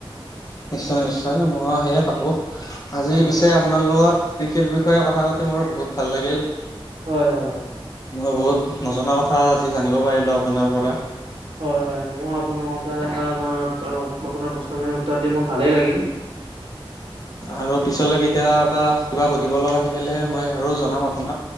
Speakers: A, on the left; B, on the right.
A: নিশ্চয় নিশ্চয় মই সেয়ে ভাবো আজি
B: হয়,
A: পিছে আপোনাৰ লগত কৃষিৰ বিষয়ে কথা পাতি মোৰ বহুত ভাল লাগিল।
B: হয় হয় হয়।
A: মই বহুত নজনা কথা আজি জানিব পাৰিলো আপোনাৰ পৰা
B: হয় হয় মই আপোনাৰ কথা এটাই আপোনাৰ প্ৰশ্নখিনি উত্তৰ দি মোৰ ভালেই লাগিল।
A: আৰু পিছলে কেতিয়াবা কিবা সুধিব লগা থাকিলে মই আৰু জনাম আ